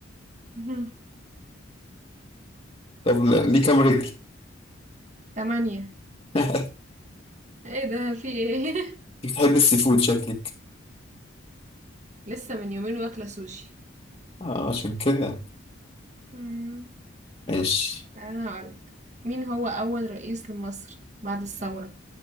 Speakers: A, on the right; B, on the left.
A: <laughs>
B: طب ليه كام رجل
A: تمانية
B: <laughs>
A: ايه ده في ايه <laughs>
B: بتحب السي فود شكلك
A: لسه من يومين واكلة سوشي
B: آه عشان كده
A: مم.
B: ماشي
A: انا هقولك مين هو اول رئيس لمصر بعد الثورة